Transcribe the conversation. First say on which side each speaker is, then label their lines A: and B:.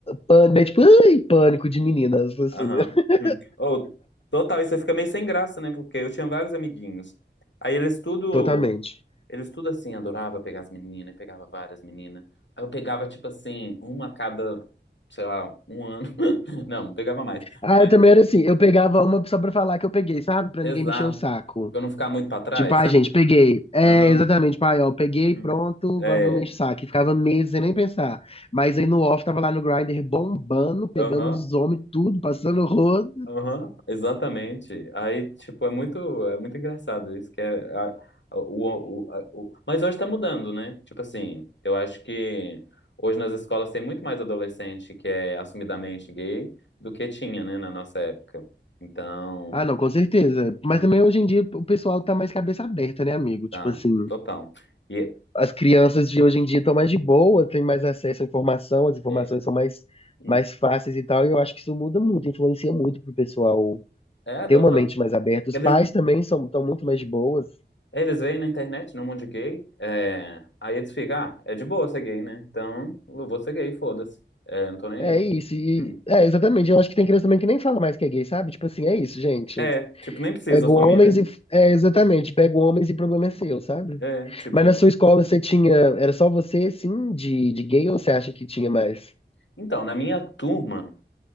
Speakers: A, on the left; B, on the left.
A: Pânico, é tipo, ai, pânico de meninas, assim,
B: Aham.
A: <laughs>
B: Hum. Ou, total, isso aí fica meio sem graça, né? Porque eu tinha vários amiguinhos. Aí eles tudo,
A: totalmente.
B: eles tudo assim, adorava pegar as meninas, pegava várias meninas. Aí eu pegava, tipo assim, uma a cada, sei lá, um ano. <laughs> Não, pegava mais.
A: Ah,
B: Mas,
A: eu também era assim, eu pegava uma só pra falar que eu peguei, sabe? Pra
B: exato.
A: ninguém me encher o saco.
B: Pra eu não ficar muito pra trás,
A: Tipo, ai,
B: sabe?
A: gente, peguei. É,
B: Aham.
A: exatamente, pai, ó, peguei,
B: Hum.
A: pronto,
B: É.
A: agora não me enche o saco. E ficava meses sem nem pensar. Mas aí no off tava lá no Grindr bombando, pegando
B: Aham.
A: os homens, tudo, passando o rodo.
B: Aham, exatamente. Aí, tipo, é muito, é muito engraçado isso, que é a- a- o, o, a- o- Mas hoje tá mudando, né? Tipo assim, eu acho que hoje nas escolas tem muito mais adolescente que é assumidamente gay do que tinha, né, na nossa época. Então,
A: Ah, não, com certeza. Mas
B: hum,
A: também hoje em dia o pessoal tá mais cabeça aberta, né, amigo?
B: tá,
A: Tipo assim,
B: total. E
A: as crianças de hoje em dia estão mais de boa, têm mais acesso à informação, as informações
B: é,
A: são mais,
B: hum,
A: mais fáceis e tal, e eu acho que isso muda muito, influencia muito pro pessoal
B: é
A: ter
B: total.
A: uma mente mais aberta. Os
B: Eles,
A: pais também são, estão muito mais de boas.
B: eles veem na internet, no mundo gay, é, aí eles ficam, ah, é de boa ser gay, né? Então, eu vou ser gay, foda-se. É, não tô nem
A: É
B: aí.
A: isso, e,
B: Hum.
A: é, exatamente. Eu acho que tem criança também que nem fala mais que é gay, sabe? Tipo assim, é isso, gente.
B: É, tipo, nem precisa
A: Pego
B: assumir,
A: homens
B: né?
A: e. É, exatamente, pego homens e problema é seu, sabe?
B: É, tipo.
A: Mas na sua escola você tinha. Era só você, sim, de, de gay ou você acha que tinha mais? <laughs>
B: Então, na minha turma,